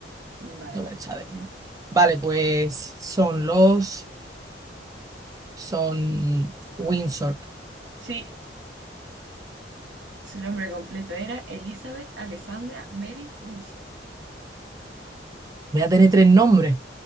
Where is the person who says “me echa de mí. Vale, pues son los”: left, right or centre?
Right